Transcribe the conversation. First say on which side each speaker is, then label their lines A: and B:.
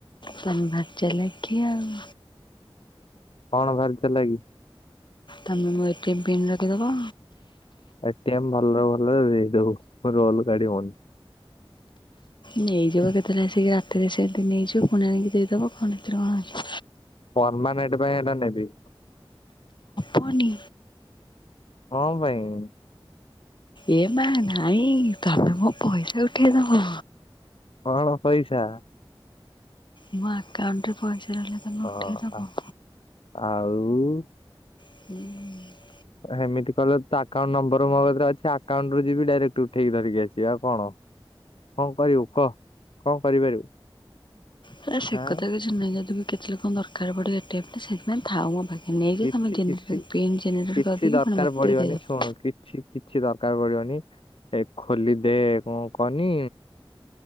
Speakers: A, on the left; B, on the left.
A: ତମେ ଭାରି ଚାଲାକିଆ ଆଉ।
B: କଣ ଭାରି ଚାଲାକି?
A: ତମେ ମୋ ଏ-ଟି-ଏମ ପିନ୍ ରଖିଦେବ।
B: ଏ-ଟି-ଏମ୍ ଭଲରେ ଭଲରେ ଦେଇଦେବୁ ରୋଲ କାଢିବୁନି।
A: ନେଇଯିବ କେତେବେଳେ ଆସିକି ରାତିରେ ସେନ୍ତି ନେଇଯିବ ପୁଣି ଆଣିକି ଦେଇଦେବ କଣ ଏଥିରେ କଣ ଅଛି।
B: ପରମାନେଣ୍ଟ ପାଇଁ ଏଟା ନେବି।
A: ହବନି
B: କଣ ପାଇଁ?
A: ଏ ମା ନାଇଁ ତମେ ମୋ ପଇସା ଉଠେଇଦବ।
B: କଣ ପଇସା?
A: ମୋ ଆକାଉଣ୍ଟରେ ପଇସା ରହିଲେ ତମେ
B: ହଁ।
A: ଉଠେଇଦବ
B: ଆଉ
A: ହୁଁ।
B: ହେମିତି କଲେ ତ ଆକାଉଣ୍ଟ ନମ୍ବର ମୋ କତିରେ ଅଛି ଆକାଉଣ୍ଟରୁ ଯିବି ଡାଇରେକ୍ଟ ଉଠେଇକି ଧରିକି ଆସିବି ଆଉ କଣ? କଣ କହିବୁ କହ? କଣ କରିପାରିବୁ?
A: ହେ ସେ
B: ହାଁ
A: କଥା କିଛି ନାହିଁ ଯଦି ବି କେତେବେଳେ କଣ ଦରକାର ପଡିବ ଏ-ଟି-ଏମ ଟା ସେଥିପାଇଁ ଥାଉ ମୋ ପା ହେନେବି
B: କିଛି
A: ତମେ ଗେନେରେ
B: କିଛି
A: ପିନ୍ ଗେନେରେଟ୍
B: କିଛି
A: କରିକି
B: ଦରକାର
A: ଫୁଣି ମୋତେ
B: ପଡିବନି
A: ଦେଇଦେବ।
B: ଶୁଣୁ କିଛି କିଛି ଦରକାର ପଡିବନି ଏ ଖୋଲିଦେ କଣ କହନି